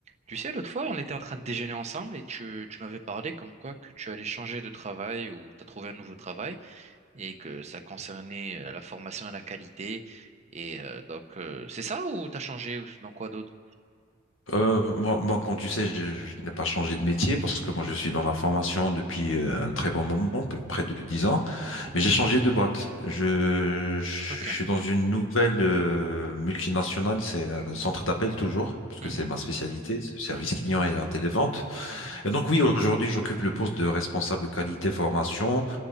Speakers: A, on the right; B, on the left.
A: Tu sais, l'autre fois, on était en train de déjeuner ensemble et tu, tu m'avais parlé comme quoi que tu allais changer de travail ou tu as trouvé un nouveau travail et que ça concernait euh, la formation et la qualité. Et euh, donc, euh, c'est ça ou tu as changé ou dans quoi d'autre?
B: Euh, moi, moi, comme tu sais, je, je n'ai pas changé de métier parce que moi, je suis dans la formation depuis euh, un très bon moment, peu- près de 10 ans,
A: Mhm.
B: mais j'ai changé de boîte. Je, je
A: Ok.
B: suis dans une nouvelle euh, multinationale, c'est un centre d'appel toujours, puisque
A: Mhm.
B: c'est ma spécialité, c'est le service
A: Mhm.
B: client et la télévente.
A: Mhm.
B: Et donc oui, aujourd'hui, j'occupe le poste de responsable qualité formation